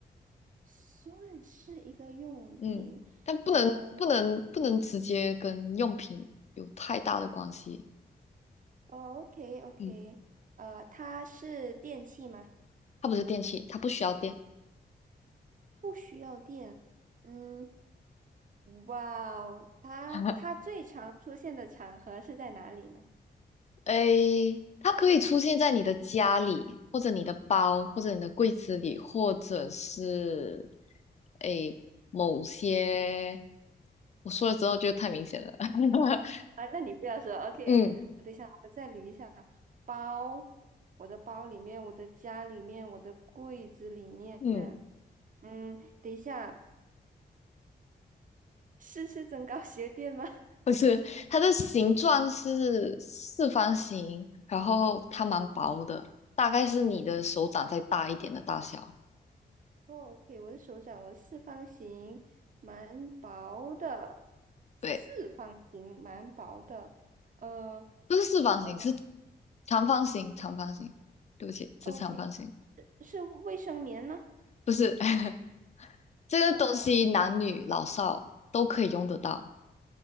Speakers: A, on the right; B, on the left.
A: 算是一个用品，
B: 嗯，但不能不能不能直接跟用品有太大的关系，
A: 嗯、哦，OK OK，
B: 嗯，
A: 呃，它是电器吗？
B: 它不是电器，它不需要电。
A: 不需要电，嗯。哇哦，它它最常出现的场合是在哪里呢？
B: <laughs> 诶，它可以出现在你的家里，或者你的包，或者你的柜子里，或者是诶某些，我说了之后就太明显了。<laughs>
A: 啊，那你不要说，OK，
B: 嗯
A: 等一下，我再捋一下。包，我的包里面，我的家里面，我的柜子里面。
B: 嗯，
A: 嗯，等一下，是是增高鞋垫吗？<laughs>
B: 不是，它的形状是四方形，然后它蛮薄的，大概是你的手掌再大一点的大小。
A: 哦，OK，我的手掌，我的四方形，蛮薄的，四方形蛮薄的。
B: 对，
A: 呃
B: 不是四方形，
A: 呃
B: 是长方形，长方形。对不起，是长方形，
A: ，OK，是是卫生棉吗？
B: 不是。<laughs> 这个东西男女老少都可以用得到，
A: 呃。